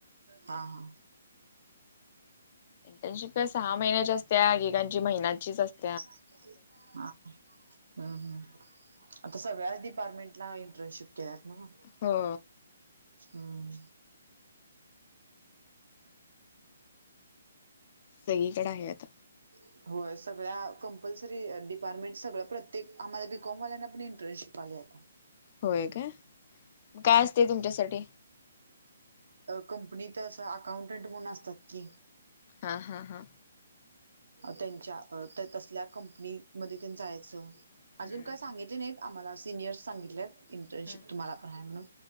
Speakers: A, on the right (about 85°); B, on the left (about 30°).
A: हा, हा.
B: एकेकाची सहा महिन्याची असत्या, एकेकाची महिन्याचीच असत.
A: हा. हम्म, हमं आता सगळ्याच डिपार्टमेंटला इंटर्नशिप केल्यात नव्ह.
B: हो
A: हम्म
B: सगळीकड आहे आता.
A: <unintelligible> होय, सगळ्या कंपल्सरी डिपार्टमेंट सगळं प्रत्येक आम्हाला बीकॉमवाल्यांना पण इंटर्नशिप आल्यात. ह
B: होय क काय असते तुमच्यासाठी
A: कंपनीत अकाउंटंट म्हणून असतात की
B: हा हा हां
A: त्यांच्या तसल्या कंपनीमध्ये त्यां जायचं.
B: हम्म
A: अजून काय सांगितले नाहीत आम्हाला सिनियर्स सांगितले इंटर्नशिप
B: हम्म
A: तुम्हाला पण आहे म्हणून.